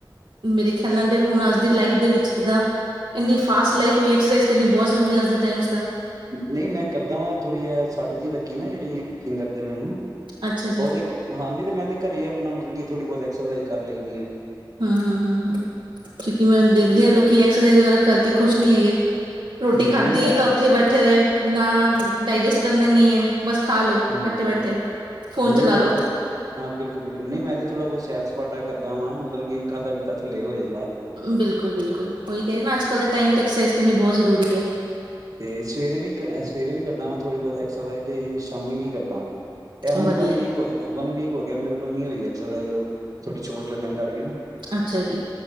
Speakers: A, on the right (about 90°); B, on the right (about 45°).
A: ਮੇਰੇ ਖਿਆਲ ਨਾਲ ਹੁਣ ਅੱਜ ਦੀ ਲਾਈਫ ਦੇ ਵਿੱਚ ਜਿੱਦਾਂ ਇੰਨੀ ਫਾਸਟ ਲਾਈਫ ਹੋਈ ਐਕਰਸਾਈਜ਼ ਕਰਨੀ ਬਹੁਤ ਜ਼ਰੂਰੀ ਹੈ ਅੱਜ ਦੇ ਟਾਈਮ ਚ ਤਾਂ
B: ਨਹੀਂ ਮੈਂ ਕਰਦਾ ਵਾਂ ਥੋੜ੍ਹੀ ਜੇ ਸਟ ਜਿਹੀ ਲੱਗੀ ਨਾ ਜਿਹੜੀ ਫਿੰਗਰ ਤੇ ਮੈਨੂੰ
A: ਅੱਛਾ ਜੀ
B: ਉਹਦੀ ਗ ਹਾਂ ਨੀ ਤੇ ਮੈਂਦੇ ਘਰੇ ਹੀ ਆਪਣਾ ਮਤਲਬ ਕੀ ਥੋੜ੍ਹੀ ਬਹੁਤ ਐਕਸਰਸਾਈਜ਼ ਕਰ ਲਈ ਦੀ ਏ।
A: ਹੂੰ ਹੂੰ ਹੂੰ ਹੂੰ ਕਿਉਂਕਿ ਮੈਂ ਦੇਖਦੀ
B: ਤੇ
A: ਹਾਂ ਲੋਕ ਐਕਸਰਸਾਈਜ਼ ਵਗੈਰਾ ਕਰਕੇ ਖੁਸ਼ ਨੀ ਹੈਗੇ।
B: ਹੂੰ,
A: ਰੋਟੀ ਖਾਧੀ
B: ਨਹੀਂ ਮੈਂ
A: ਤਾਂ ਉੱਥੇ ਹੀ ਬੈਠੇ ਰਹੇ ਨਾ ਡਾਇਜੈਸਟ ਕਰਨਾ ਨਹੀਂ ਹੈ। ਬਸ ਖਾ ਲੋ
B: ਹੂੰ
A: ਬੈਠੇ ਬੈਠੇ ਫੋਨ
B: ਨਹੀਂ
A: ਚਲਾ
B: ਮੈਂ
A: ਲੋ
B: ਤੇ ਹਾਂ ਬਿਲਕੁਲ ਬਿਲਕੁਲ ਨਹੀਂ ਮੈਂ ਤੇ ਥੋੜਾ ਬਹੁਤ ਸੈਰ ਸਪਾਟਾ ਕਰਦਾ ਵਾ ਮਤਲਬ ਕਿ ਖਾਧਾ ਪੀਤਾ ਥੱਲੇ ਹੋ ਜੇ।
A: ਬਿਲਕੁਲ ਬਿਲਕੁਲ ਉਹੀ ਕਹੇ ਨਾ ਅੱਜ ਕਲ ਦੇ ਟਾਈਮ ਤੇ ਐਕਸਾਈਜ਼ ਕਰਨੀ ਬਹੁਤ ਜ਼ਰੂਰੀ ਹੈ।
B: ਤੇ ਸਵੇਰੇ ਵੀ ਸਵੇਰੇ ਵੀ ਕਰਦਾ ਵਾ ਥੋੜ੍ਹੀ ਬਹੁਤ ਐਕਸਰਸਾਈਜ਼ ਤੇ ਸ਼ਾਮੀ ਵੀ ਕਰਦਾ ਇਹ ਹੁਣ
A: ਵਧੀਆ
B: ਵਨ ਵੀਕ ਹੋ ਵਨ ਵੀਕ ਹੋ ਗਿਆ ਮੇਰੇ ਕੋਲ ਨੀ ਹੋਈ ਹੈ। ਉਹ ਥੋੜ੍ਹੀ ਚੋਟ ਲੱਗਣ ਕਰਕੇ ਨਾ
A: ਅੱਛਾ ਜੀ